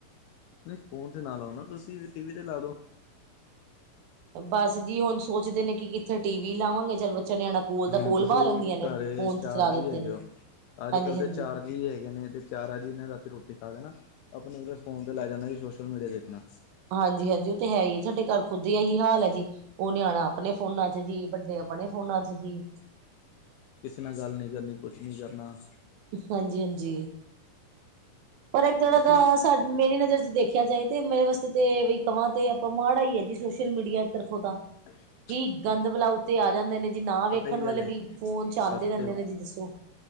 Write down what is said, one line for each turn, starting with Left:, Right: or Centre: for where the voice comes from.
Left: ਨਹੀਂ ਫੋਨ ਤੇ ਨਾ ਲਾਓ ਨਾ ਤੁਸੀਂ ਵੀ ਟੀ ਵੀ ਤੇ ਲਾ ਦੋ।
Right: ਬਸ ਜੀ ਹੁਣ ਸੋਚਦੇ ਨੇ ਕਿੱਥੇ ਟੀ ਵੀ ਲਾਵਾਂਗੇ ਚੱਲ ਬੱਚਾ ਨਿਆਣਾ। ਕੋਲ ਦਾ
Left: ਹੁਣ
Right: ਕੋਲ
Left: ਤੁਸੀਂ
Right: ਬਾਹ ਲੈਂਦੀਆਂ ਨੇ
Left: ਘਰੇ
Right: ਫੋਨ
Left: ਚਾਰ
Right: ਤੇ ਚਲਾ ਦਿੰਦੇ
Left: ਜੀ ਹੈਗੇ
Right: ਨੇ
Left: ਹੋ ਅੱਜ
Right: ਹਾਂਜੀ-ਹਾਂਜੀ,
Left: ਕੱਲ੍ਹ ਤੇ ਚਾਰ ਜੀ ਹੈਗੇ ਨੇ ਤੇ ਚਾਰਾ ਜੀ ਨੇ ਰਾਤੀ ਰੋਟੀ ਖਾ ਕੇ ਨਾ ਆਪਣੇ ਮਲਬ ਫੋਨ ਤੇ ਲੈ ਜਾਂਣਾ ਜੀ ਸੋਸ਼ਲ ਮੀਡੀਆ ਦੇਖਣਾ
Right: ਹਾਂਜੀ ਹਾਂਜੀ ਉਹ ਤੇ ਹੈ ਹੀ ਸਾਡੇ ਘਰ ਖੁਦ ਹੀ ਇਹੀ ਹਾਲ ਹੈ ਜੀ ਉਹ ਨਿਆਣਾ ਆਪਣੇ ਫੋਨਾਂ ਚ ਜੀ ਵੱਡੇ ਆਪਣੇ ਫੋਨਾਂ ਚ ਜੀ
Left: ਕਿਸੇ ਨਾਲ ਗੱਲ ਨਹੀਂ ਕਰਨੀ ਕੁਛ ਨਹੀਂ ਕਰਨਾ
Right: ਹਾਂਜੀ ਹਾਂਜੀ ਪਰ ਇੱਕ ਤੜਾ
Left: ਇਹ ਚੀਜ਼
Right: ਤਾਂ ਸਾਡ ਮੇਰੀ ਨਜ਼ਰ ਚ ਦੇਖਿਆ ਜਾਏ ਤੇ ਮੇਰੇ ਵਾਸਤੇ ਤੇ ਕਹਾਂ ਤੇ ਆਪਾਂ ਮਾੜ ਆ ਹੀ ਹੈ ਜੀ ਸੋਸ਼ਲ ਮੀਡੀਆ ਤਰਫੋਂ ਤਾਂ
Left: ਅੱ
Right: ਕੀ ਗੰਦ ਬਲਾ ਉੱਤੇ ਆ ਜਾਂਦੇ ਨੇ ਜੀ ਨਾ ਵੇਖਣ
Left: ਪਤਾ ਕੀ
Right: ਵਾਲੇ
Left: ਗੱਲ ਹੈ
Right: ਵੀ ਫੋਨ ਚ
Left: ਸਭ
Right: ਆਉਂਦੇ ਰਹਿੰਦੇ
Left: ਤੇ
Right: ਨੇ ਜੀ ਦੱਸੋ